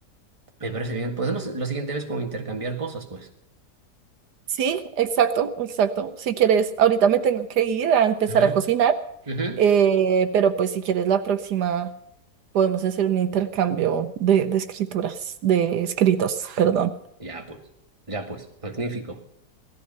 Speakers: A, on the right; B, on the right.
A: me parece bien. Podemos la siguiente vez como intercambiar cosas, pues.
B: Sí, exacto, exacto. Si quieres, ahorita me tengo que ir a empezar
A: Ajá,
B: a cocinar,
A: ujú.
B: eh, pero pues si quieres la próxima podemos hacer un intercambio de, de escrituras, de escritos, perdón,
A: Ya, pues, ya, pues, magnífico.